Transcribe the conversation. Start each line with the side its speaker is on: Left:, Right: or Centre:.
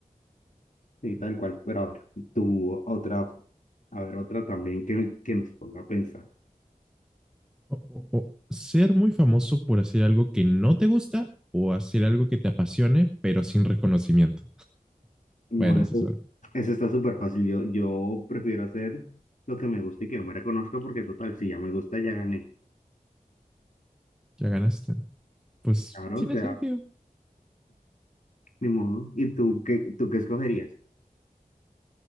Left: Sí, tal cual. Pero a ver, tú otra, a ver, otra también que, que nos ponga a pensar.
Centre: O- o- o ser muy famoso por hacer algo que no te gusta o hacer algo que te apasione, pero sin reconocimiento.
Left: Bueno,
Centre: Bueno, eso
Left: eso,
Centre: es algo.
Left: eso está súper fácil. Yo, yo prefiero hacer lo que me gusta y que yo me reconozca porque total, si ya me gusta, ya gané.
Centre: Ya ganaste. Pues
Left: Claro,
Centre: tiene
Left: o sea,
Centre: sentido.
Left: ni modo. ¿Y tú qué, tú qué escogerías?